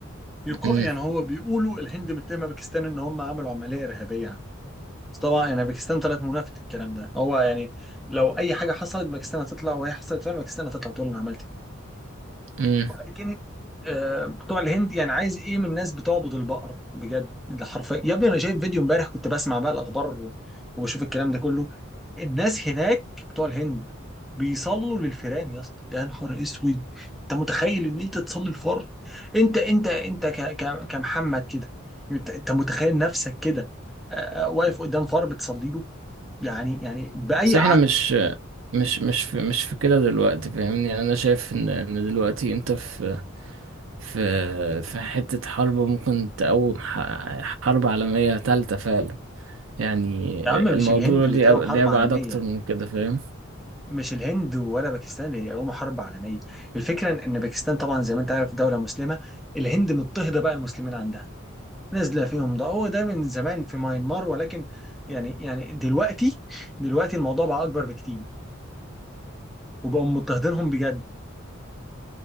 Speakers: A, in the centre; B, on the right.
A: يقا...
B: امم
A: يعني هو بيقولوا الهند متهمه باكستان ان هم عملوا عمليه ارهابيه عنه بس طبعا يعني باكستان طلعت منافت الكلام ده هو يعني لو اي حاجه حصلت باكستان هتطلع وهي حصلت فعلا باكستان هتطلع تقول انا عملت
B: امم
A: لكن آه، بتوع الهند يعني عايز ايه من الناس بتعبد البقر بجد ده حرفيا يا ابني انا شايف فيديو امبارح كنت بسمع بقى الاخبار و- وبشوف الكلام ده كله الناس هناك بتوع الهند بيصلوا للفيران يا اسطى يا نهار اسود انت متخيل ان انت تصلي الفار انت انت انت ك ك كمحمد كده انت انت متخيل نفسك كده آه، آه، واقف قدام فار بتصلي له يعني يعني باي
B: بس احنا
A: عقل
B: مش مش مش في مش في كده دلوقتي فاهمني يعني انا شايف ان ان دلوقتي انت في في في حته حرب ممكن تقوم ح- حرب عالميه ثالثه فعلا يعني
A: يا عم
B: الموضوع
A: مش الهند اللي
B: ليه
A: تقوم
B: أب-
A: حرب
B: ليه ابعاد
A: عالميه
B: اكتر من كده فاهم
A: مش الهند ولا باكستان هي هم حرب عالميه الفكره ان إن باكستان طبعا زي ما انت عارف دوله مسلمه الهند مضطهده بقى المسلمين عندها نازله فيهم ده هو ده من زمان في ماينمار ولكن يعني يعني دلوقتي دلوقتي الموضوع بقى اكبر بكتير وبقوا مضطهدينهم بجد